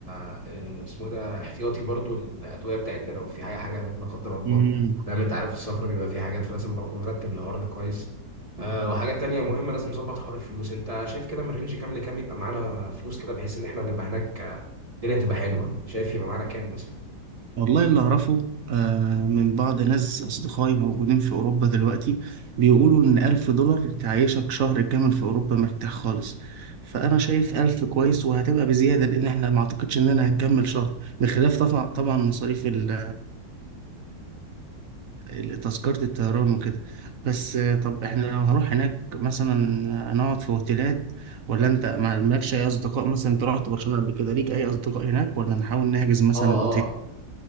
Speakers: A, on the right; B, on the right.
A: آه اسمه إيه ده احتياطي برضو الادويه بتاعتنا لو في حاجه حاجه هناك لا قدر الله
B: مم.
A: فاهم انت عارف السفر بيبقى فيه حاجات فلازم برضو نرتب الحوار ده كويس آه وحاجه تانية مهمه لازم نظبط حوار الفلوس انت شايف كده من رينج كام لكام يبقى معانا فلوس كده بحيث ان احنا نبقى هناك آه، الدنيا تبقى حلوه شايف يبقى معانا كام مثلا
B: والله اللي أعرفه آه، من بعض ناس أصدقائي موجودين في أوروبا دلوقتي بيقولوا إن ألف دولار تعيشك شهر كامل في أوروبا مرتاح خالص فأنا شايف ألف كويس وهتبقى بزيادة لأن إحنا ما أعتقدش إننا هنكمل شهر بخلاف طبعا طبعا مصاريف ال ال تذكرة الطيران وكده بس آه، طب إحنا لو هنروح هناك مثلا هنقعد في أوتيلات ولا أنت ما- مالكش أي أصدقاء مثلا أنت رحت برشلونة قبل كده ليك أي أصدقاء هناك ولا نحاول نحجز مثلا
A: اه
B: أوتيل؟
A: اه